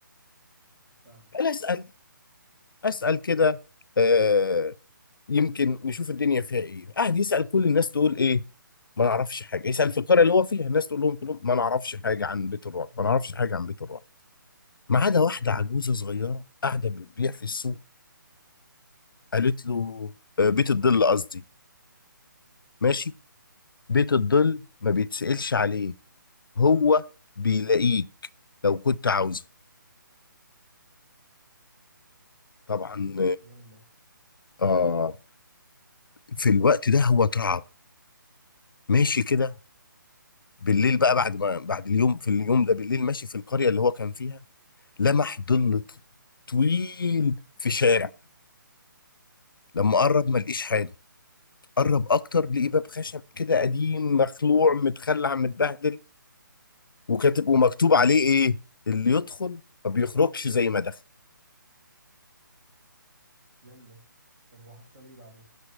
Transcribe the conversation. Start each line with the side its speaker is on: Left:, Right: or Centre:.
Right: فاهم
Left: انا اسال اسال كده آه، يمكن نشوف الدنيا فيها ايه قاعد يسال كل الناس تقول ايه ما نعرفش حاجه يسال في القريه اللي هو فيها الناس تقول لهم كلهم ما نعرفش حاجه عن بيت الرعب ما نعرفش حاجه عن بيت الرعب ما عدا واحده عجوزه صغيره قاعده بتبيع في السوق قالت له آه، بيت الظل قصدي ماشي بيت الظل ما بيتسألش عليه هو بيلاقيك لو كنت عاوزه طبعا
Right: يلا
Left: آه آه، في الوقت ده هو اترعب ماشي كده بالليل بقى بعد ما بعد اليوم في اليوم ده بالليل ماشي في القرية اللي هو كان فيها لمح ظل ط- طويل في شارع لما قرب ما لقيش حاجة قرب أكتر لقي باب خشب كده قديم مخلوع متخلع متبهدل وكاتب ومكتوب عليه إيه اللي يدخل ما بيخرجش زي ما دخل
Right: يلا طب وحصل إيه بعدين